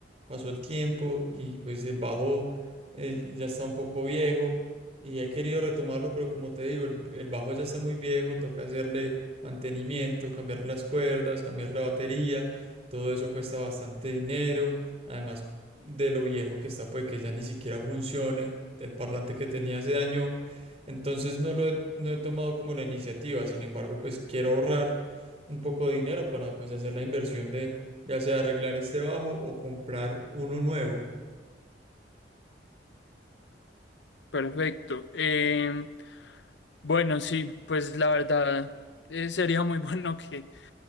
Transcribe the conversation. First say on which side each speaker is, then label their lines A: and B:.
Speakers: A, on the right; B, on the left.
A: pasó el tiempo y pues el bajo eh, ya está un poco viejo y he querido retomarlo, pero como te digo, el, el bajo ya está muy viejo, toca hacerle mantenimiento, cambiar las cuerdas, cambiar la batería. Todo eso cuesta bastante dinero. Además de lo viejo que está, puede que ya ni siquiera funcione. El parlante que tenía se dañó. Entonces no lo he, no he tomado como la iniciativa. Sin embargo, pues quiero ahorrar un poco de dinero para pues hacer la inversión de ya sea arreglar este bajo o comprar uno nuevo.
B: Perfecto. Em, bueno, sí, pues la verdad eh, sería muy <laughs> bueno que